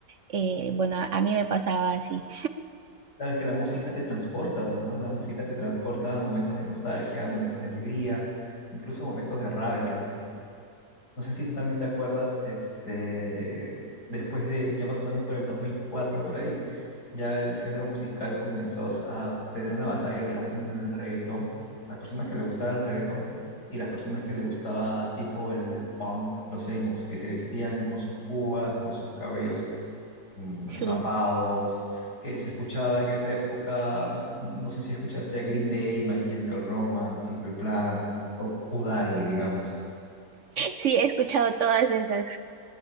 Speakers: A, on the right; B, on the left.
A: Eh, bueno, a mí me pasaba así.
B: Claro, es que la música te transporta, pues, ¿no? La música te transporta a momentos de nostalgia, a momentos de alegría, incluso a momentos de rabia. No sé si tú también te acuerdas, este, después de, ya más o menos por el 2004, por ahí, ya el género musical comenzó a tener una batalla, digamos, entre el reggaetón, las personas que le gustaba el reggaetón y las personas que le gustaba tipo el punk, los emos, que se vestían con sus púas, con sus cabellos mm,
A: Sí.
B: rapados, que se escuchaba en esa época, no sé si escuchaste a Green Day, My Chemical Romance, Simple Plan o Kudai, digamos.
A: Sí, he escuchado todas esas.